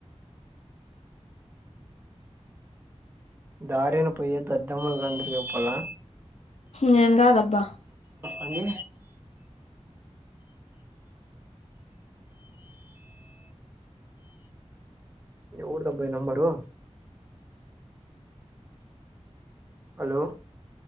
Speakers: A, on the right; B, on the left.
A: దారిన పోయ్యే దద్దమ్మలకి అందురికీ చెప్పాలా
B: నేను గాదు అబ్బా
A: అండి ఎవరిదబ్బా నంబరు హలో